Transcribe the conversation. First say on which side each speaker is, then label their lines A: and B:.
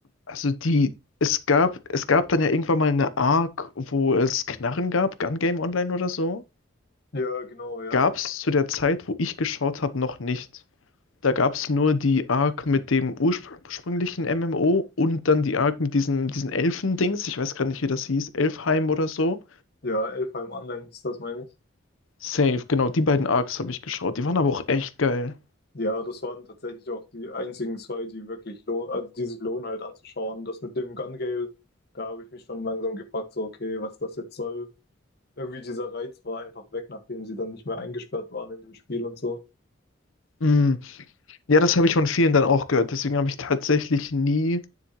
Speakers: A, on the left; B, on the left.
A: Also die, es gab, es gab dann ja irgendwann mal eine Arc, wo es Knarren gab, Gun Game Online oder so.
B: Ja, genau, ja.
A: Gab es zu der Zeit, wo ich geschaut habe, noch nicht. Da gab es nur die Arc mit dem urspr- ursprünglichen MMO und dann die Arc mit diesen, diesen Elfen-Dings. Ich weiß gerade nicht, wie das hieß. Elfheim oder so.
B: Ja, Elfheim Online ist das, meine ich.
A: Safe, genau, die beiden Arcs habe ich geschaut. Die waren aber auch echt geil.
B: Ja, das waren tatsächlich auch die einzigen zwei, die wirklich lohn, also die sich lohnen halt anzuschauen. Das mit dem Gun Gale, da habe ich mich schon langsam gefragt, so okay, was das jetzt soll. Irgendwie dieser Reiz war einfach weg, nachdem sie dann nicht mehr eingesperrt waren in dem Spiel und so.
A: Mm. Ja, das habe ich von vielen dann auch gehört. Deswegen habe ich tatsächlich nie